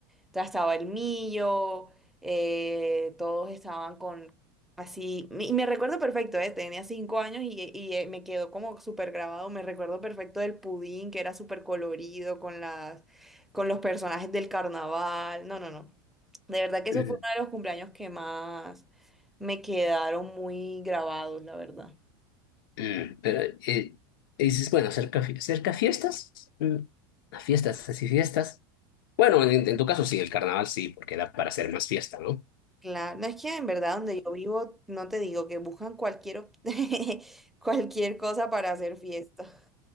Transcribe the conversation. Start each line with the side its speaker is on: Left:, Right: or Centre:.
Centre: O sea, estaba el millo, eh, todos estaban con así, me- y me recuerdo perfecto, eh, tenía cinco años y, y, eh, me quedó como súper grabado, me recuerdo perfecto del pudín que era súper colorido con las, con los personajes del carnaval, no, no, no. De verdad que eso
Left: ujú,
Centre: fue uno de los cumpleaños que más me quedaron muy grabados, la verdad.
Left: ujú. Pero eh, dices, bueno, cerca, fi- cerca fiestas, Mm, a fiestas, así fiestas. Bueno, en, en tu caso sí, el carnaval sí, porque da para hacer más fiesta, ¿no?
Centre: Claro, no es que en verdad donde yo vivo, no te digo que buscan cualquier, op- <laughs> cualquier cosa para hacer fiesta.